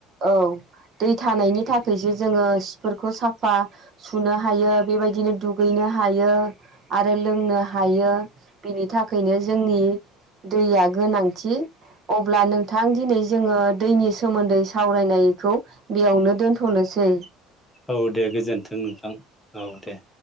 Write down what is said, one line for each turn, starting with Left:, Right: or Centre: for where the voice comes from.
Right: औ दै थानायनि थाखायसो जोङो सिफोरखौ साफा सुनो हायो बेबायदिनो दुगैनो हायो आरो लोंनो हायो बेनि थाखायनो जोंनि दैया गोनां थि अब्ला नोंथां दिनै जोङो दैनि सोमोन्दै सावरायनायखौ बेयावनो दोनथ'नोसै।
Centre: औ दे गोजोन्थों नोंथां औ दे।